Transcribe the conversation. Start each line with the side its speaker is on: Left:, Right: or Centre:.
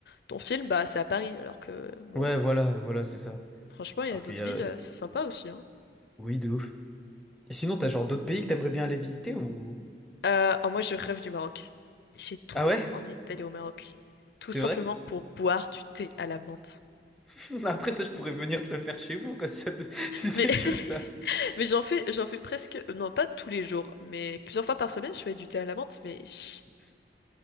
Left: ton film bah c'est à Paris alors que bon
Centre: Ouais, voilà, voilà, c'est ça.
Left: franchement il
Centre: Alors
Left: y a d'autres
Centre: qu'il y a,
Left: villes euh, c'est sympa aussi. hein.
Centre: oui, de ouf. Et sinon, t'as genre d'autres pays que t'aimerais bien aller visiter ou?
Left: Euh, oh, moi, je rêve du Maroc. J'ai trop
Centre: Ah ouais?
Left: envie d'aller au Maroc. Tout
Centre: C'est
Left: simplement
Centre: vrai?
Left: pour boire du thé à la menthe.
Centre: <laughs> Après ça, je pourrais venir te le faire chez vous, quoi. Ça, de- <laughs> si c'est
Left: Mais, <laughs>
Centre: que ça.
Left: mais j'en fais, j'en fais presque, euh, non pas tous les jours, mais plusieurs fois par semaine, je fais du thé à la menthe, mais chut,
Centre: C'est